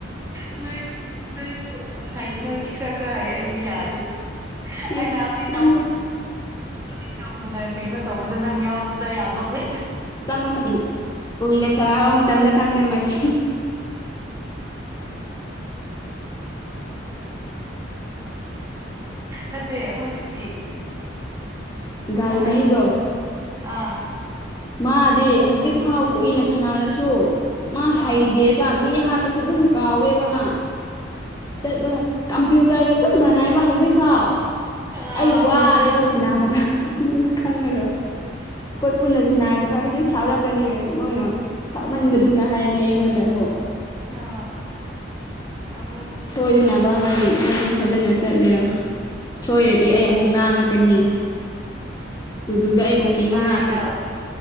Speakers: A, on the right; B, on the left.
A: ꯅꯣꯏ ꯅꯣꯏꯁꯨ ꯍꯥꯏ ꯅꯣꯏꯗꯤ ꯈꯔ ꯈꯔ ꯍꯥꯏ ꯑꯩꯗꯤ ꯌꯥꯗꯦ
B: ꯑꯦ
A: ꯑꯩꯅꯗꯤ ꯏ
B: ꯅꯪꯁꯨ
A: ꯅꯎ ꯍꯧꯖꯤꯛ ꯅꯧꯅ ꯀꯩꯅꯣ ꯇꯧꯕꯗ ꯅꯪ ꯌꯥꯎꯕꯗꯨꯗ ꯌꯥꯝ ꯅꯣꯛꯃꯤ
B: ꯆꯪꯕ ꯃꯇꯝ ꯀꯨꯏꯗ ꯁꯔꯕ ꯃꯇꯝꯗ ꯀꯥꯡꯅ ꯃꯤꯝ <inaudible>
A: ꯅꯠꯇꯦ ꯍꯧꯖꯤꯛꯀꯤ
B: ꯒꯥꯔꯤ
A: ꯅꯍꯥꯟ
B: ꯃꯩꯗꯣ
A: ꯍꯥꯏ ꯑꯥ
B: ꯃꯥꯗꯤ ꯍꯧꯖꯤꯛ ꯐꯥꯎ ꯀꯨꯏꯅ ꯁꯥꯟꯅꯔꯁꯨ ꯃꯥ
A: ꯑꯥ
B: ꯍꯩꯗꯦꯕ ꯃꯤ ꯍꯥ ꯀꯁꯨ ꯑꯗꯨꯝ ꯀꯥꯎꯋꯦꯕ ꯃꯥ ꯆꯠꯄ ꯀꯝꯄ꯭ꯌꯨꯇꯔꯒ ꯆꯞ ꯃꯅꯥꯏꯕ ꯍꯧꯖꯤꯛ ꯐꯥꯎ
A: ꯑꯥ
B: ꯑꯩ ꯋꯥꯔꯦꯕ ꯁꯦꯅꯥꯕꯗ ꯃꯣꯏꯅ ꯈꯪꯉꯔꯣꯏ ꯑꯩꯣꯏ ꯄꯨꯟꯅꯁꯨ ꯅꯥꯔꯗꯤꯀꯣ ꯑꯩ ꯂꯤꯥꯎꯔꯛ ꯀꯅꯤ ꯃꯣꯏꯅ ꯁꯥꯎꯃꯟꯕꯗꯨꯅ ꯍꯥꯏꯔꯅꯤ ꯑꯩꯉꯣꯟꯗ ꯑꯃꯨꯛ
A: ꯑꯥ ꯌꯥꯝ ꯅꯣꯛꯅꯤꯡꯉꯦꯗ
B: ꯁꯣꯏꯗꯅꯕ ꯍꯥꯏꯅ ꯑꯩꯁꯨ ꯐꯖꯅ ꯆꯠꯂꯦ ꯁꯣꯏꯔꯗꯤ ꯑꯩ ꯑꯃꯨꯛ ꯉꯥꯡꯅ ꯀꯅꯤ ꯇꯗꯨꯗ ꯑꯩꯕꯨ
A: ꯀꯔꯤ
B: ꯀꯕ
A: ꯆꯥꯔꯤꯔꯣ
B: ꯉꯥꯇ